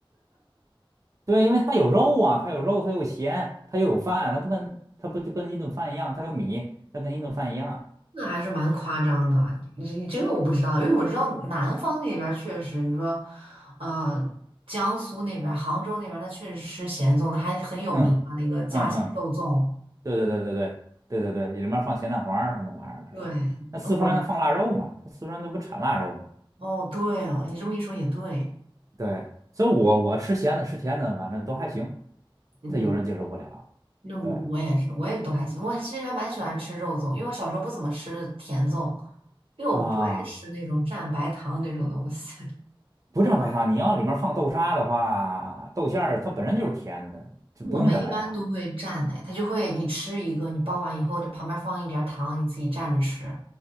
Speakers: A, on the right (about 35°); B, on the right (about 85°).
A: 对，因为它有肉啊，它有肉，它有咸，它又有饭，它不跟它不就跟一顿饭一样，它有米，它跟一顿饭一样。
B: 那还是蛮夸张的，你你这个我不知道，因为我知道南方那边儿确实，你说，呃，江苏那边儿杭州那边儿，那确实吃咸粽，那还很有名啊，
A: 嗯
B: 那个夹心肉粽。
A: 嗯嗯。对对对对对对对对，里面放咸蛋黄儿什么玩意儿的，
B: 对，
A: 是吧？那四川的放腊肉嘛，
B: 我
A: 它四川那不产腊肉嘛？
B: 哦，对哦，你这么一说也对，
A: 对，所以我我吃咸的吃甜的，反正都还行。
B: 嗯，
A: 他有人接受不了，
B: 那我我也是，
A: 对
B: 我也都还行，我其实还蛮喜欢吃肉粽，因为我小时候不怎么吃甜粽，因为我不爱吃那种蘸白糖那种东西。
A: 啊，不蘸白糖，你要里面放豆沙的话，豆馅儿它本身就是甜的，就不用蘸白糖。
B: 我们一般都会蘸的，他就会你吃一个，你包完以后，这旁边放一点儿糖，你自己蘸着吃。